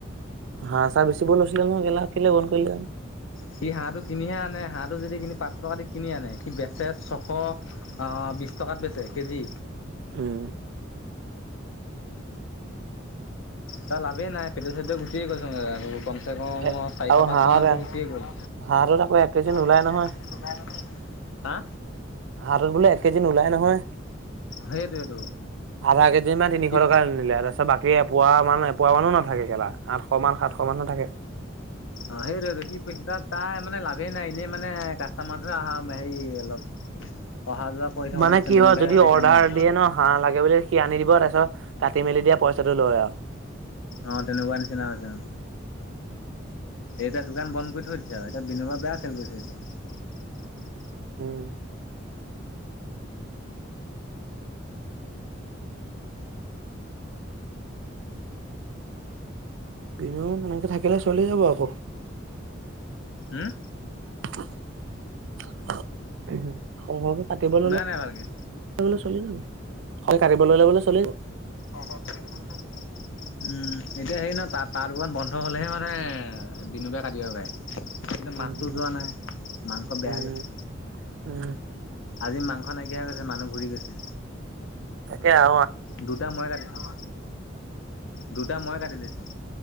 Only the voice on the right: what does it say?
হাঁহ চা বেছিব হৈছিলে নহয় কেলা। কেলে বন্ধ কৰিলেজানো?
উম।
এ
আৰু
হাঁহত
হাঁহটোত আকৌ এক কেজি নোলায়
নহয়।
হাঁহ টোত বোলে কেজি নোলাই নহয়।
আধা কেজি মান তিনিশ
টকানিলে তাৰপিছত বাকী এপোৱা মান এপোৱা মানো নাথাকে কেলা। আঠশ মান সাতশ <unintelligible> নাথাকে।
মানে
কি
হয় যদি
অৰ্ডাৰ
দিয়ে ন হাঁহ লাগে বুলি সি আনি দিব তাৰপিছত কাটি মেলি দিয়া পইচাটো লয় আও।
উম। বিনো এনেকে থাকিলে চলি যাব আকৌ।
<unintelligible> আতিব
ললে
<unintelligible> অল কাটিব ললে বোলো চলি যাব।
উম
উম
উম
তাকে আ